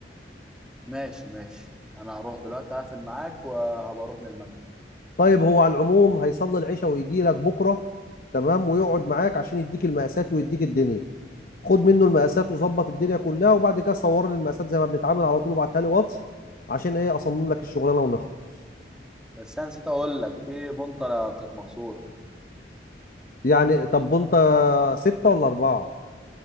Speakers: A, in the centre; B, on the left.
A: ماشي ماشي انا هروح دلوقتي هقفل معاك وهبقى اروح للمكتب
B: طيب هو على العموم هيصلي العشاء ويجي لك بكره تمام ويقعد معاك عشان يديك المقاسات ويديك الدنيا خد منه المقاسات وظبط الدنيا كلها وبعد كده صور لي المقاسات زي ما بنتعامل على طول وابعتها لي واتس عشان ايه اصمم لك الشغلانه ونخلص
A: بس انا نسيت اقول لك في بنطلة كانت مكسورة
B: يعني طب وانت ستة ولا أربعة